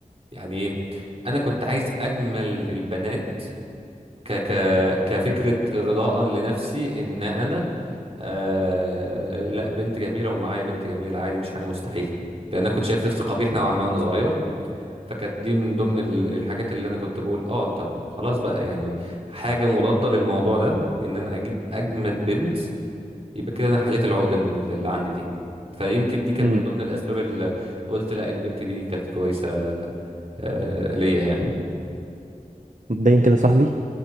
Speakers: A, on the right; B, on the right.
A: يعني ايه انا كنت عايز اجمل البنات ك ك كفكره رضاء لنفسي ان انا آه لا بنت جميله ومعايا بنت جميله عادي مش حاجه مستحيله لان انا كنت شايف نفسي قبيح نوعا ما وانا صغير فكانت دي من ضمن ال- الحاجات اللي انا كنت بقول اه طب خلاص بقى يعني حاجه مضاده للموضوع ده ان انا اجيب اجمد بنت يبقى كده انا حليت العقده اللي عندي دي فيمكن دي كانت
B: امم
A: من ضمن الاسباب اللي قلت لا البنت دي كانت كويسه آه، ليا يعني
B: مبدئيا كده يا صاحبي